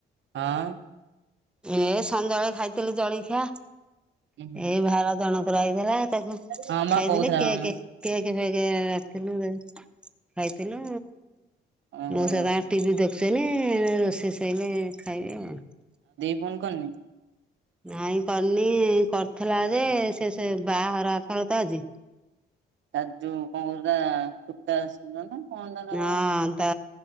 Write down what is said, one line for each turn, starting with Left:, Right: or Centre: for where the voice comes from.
Right: ହଁ
Centre: ଏ ସଞ୍ଜବେଳେ ଖାଇଥିଲି ଜଳିଖିଆ।
Right: ଉହୁଁ।
Centre: ଏ ଭାର ଜଣଙ୍କର ଆଇଥିଲା ତାକୁ
Right: ହଁ ମା
Centre: ଖାଇଥିଲି।
Right: କହୁଥିଲା
Centre: କେକେ
Right: ମାମା।
Centre: କେକ ଫେକେ। <unintelligible> ଖାଇଥିଲୁ,
Right: ଓହୋ
Centre: ମୁଁ ସେଟା ଟିଭି ଦେଖ <unintelligible> ରୋଷେଇ ସଇଲେ ଖାଇବେ ଆଉ।
Right: ଫୋନ୍ କରନି।
Centre: ନାଇଁ କରିନି କରିଥିଲା ଯେ, ସେ ସେ ବାହାଘର ଆଖଳ ତ ଆଜି।
Right: ତା ଯୋଉ କଣ କହୁଥିଲା ଖୁତା ଅସୁର ନା। ତା ନାଁ
Centre: ହଁ
Right: କଣ?
Centre: ତା